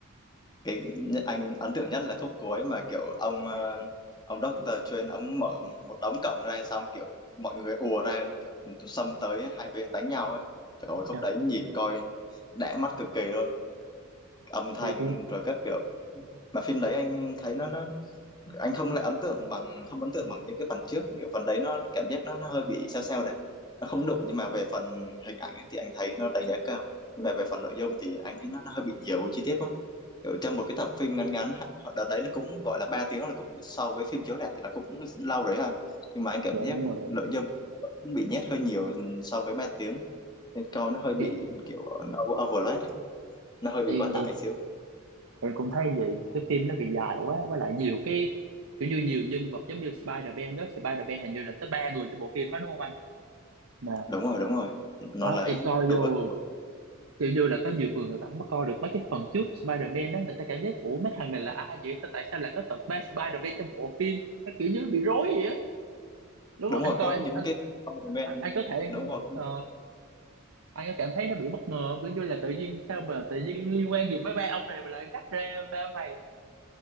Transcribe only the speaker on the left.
cái nh- anh ấn tượng nhất là khúc cuối mà kiểu ông ờ, ông Doctor Strange ông mở một đống cổng ra xong kiểu mọi người ùa ra kiểu xông tới hai bên đánh nhau ấy trời ơi khúc
đấy nhìn coi đã mắt cực kỳ luôn âm thanh
rồi các kiểu mà phim đấy anh thấy nó nó anh không lại ấn tượng bằng không ấn tượng bằng những cái phần trước kiểu phần đấy nó cảm giác nó nó hơi bị sao sao đấy nó không đủ nhưng mà về phần hình ảnh ấy, thì anh thấy nó đánh giá cao nhưng mà về phần nội dung thì anh thấy nó, nó hơi bị nhiều chi tiết quá kiểu trong một cái tập phim ngắn ngắn họ- đợt đấy là cũng gọi là 3 tiếng là cũng so với phim chiếu rạp thì nó cũng lâu đấy ha nhưng mà anh cảm
giác
nội dung vẫn bị nhét hơi nhiều so với 3 tiếng nên coi nó hơi bị
kiểu nó overload ấy, nó hơi bị
quá
tải xíu
đúng rồi đúng rồi nó
lấy
đủ
các kiểu
đúng
rồi
có
những
cái comment
đúng rồi